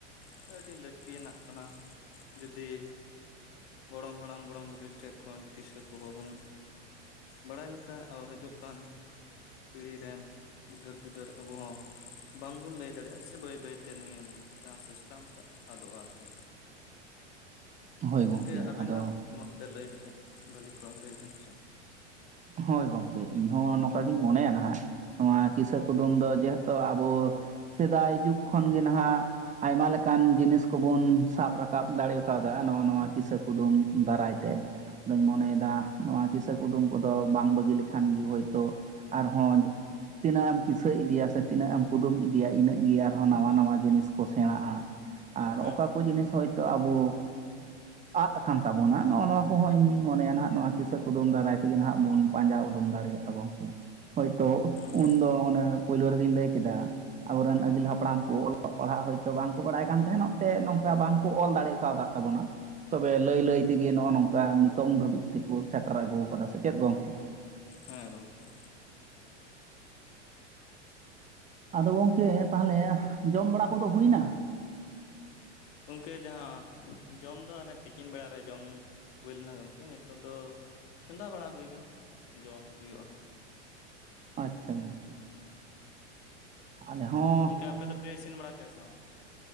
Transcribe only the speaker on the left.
ᱥᱮ ᱟᱹᱰᱤ ᱞᱟᱹᱠᱛᱤᱭᱟᱱᱟᱜ ᱠᱟᱱᱟ ᱡᱩᱫᱤ ᱜᱚᱲᱚᱢ ᱦᱟᱲᱟᱢ ᱜᱚᱲᱚᱢ ᱵᱩᱰᱷᱤ ᱴᱷᱮᱡ ᱠᱷᱚᱱ ᱠᱤᱥᱟᱹ ᱠᱚ ᱵᱟᱵᱚᱱ ᱵᱟᱲᱟᱭ ᱞᱮᱠᱟ ᱚ ᱦᱟᱹᱡᱩᱜ ᱠᱟᱱ ᱯᱤᱲᱤ ᱨᱮᱱ ᱜᱤᱫᱟᱹᱨ ᱯᱤᱫᱟᱹᱨ ᱟᱵᱩ ᱦᱚᱸ ᱵᱟᱝᱵᱚᱱ ᱞᱟᱹᱭ ᱫᱟᱲᱮᱭᱟᱜᱼᱟ, ᱥᱮ ᱵᱟᱹᱭ ᱵᱟᱹᱭᱛᱮ ᱱᱤᱭᱟᱹ ᱡᱟᱦᱟᱸ ᱥᱤᱥᱴᱟᱢ ᱴᱟᱜ ᱟᱫᱚᱜᱼᱟ ᱟᱨᱠᱤ᱾
ᱜᱚᱝᱠᱮ ᱟᱵᱮᱱᱟᱜ
ᱢᱚᱛ ᱛᱮ ᱞᱟᱹᱭ ᱞᱮᱠᱷᱟᱡ ᱵᱷᱟᱞᱤ ᱠᱚᱜᱼᱟ ᱞᱟᱹᱭ ᱵᱮᱱ ᱥᱮ᱾
ᱦᱩᱸ
ᱦᱩᱸ
ᱦᱮᱸ ᱜᱚᱢᱠᱮ
ᱜᱚᱢᱠᱮ ᱡᱟᱦᱟᱸ ᱡᱚᱢ ᱫᱚ ᱦᱟᱱᱮ ᱛᱤᱠᱤᱱ ᱵᱮᱲᱟᱨᱮ ᱡᱚᱢ ᱦᱩᱭᱞᱮᱱᱟ ᱜᱚᱢᱠᱮ ᱱᱤᱛᱚᱜ ᱫᱚ ᱪᱚᱸᱫᱟ ᱵᱟᱲᱟ ᱦᱩᱭ ᱟᱠᱟᱱᱟ ᱡᱚᱢ ᱦᱩᱭᱩᱜᱼᱟ ᱦᱟᱜ
ᱜᱚᱝᱠᱮ ᱟᱯᱮ ᱫᱚᱯᱮ ᱤᱥᱤᱱ ᱵᱟᱲᱟ ᱠᱮᱜᱼᱟ ᱥᱮ ᱵᱟᱝ